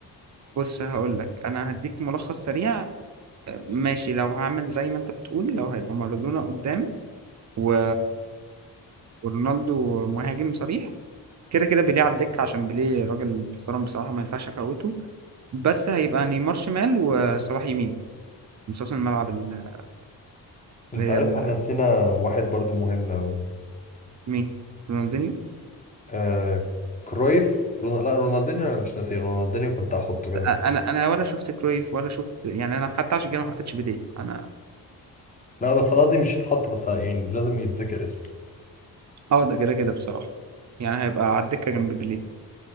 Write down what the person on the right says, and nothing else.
بص هقول لك انا هديك ملخص سريع آه، ماشي لو هعمل زي ما انت بتقول لو هيبقى مارادونا قدام و... ورونالدو مهاجم صريح كده كده بيليه على الدكة عشان بيليه راجل محترم بصراحة ما ينفعش افوته بس هيبقى نيمار شمال وصلاح يمين نصاص الملعب ال-
اللي
هي ال-
مين رونالدينيو
بس
انا
انا ولا شفت كرويف ولا شفت يعني انا حتى عشان كده ما حطيتش بيليه انا
اه ده كده كده بصراحة يعني هيبقى على الدكة جنب بيليه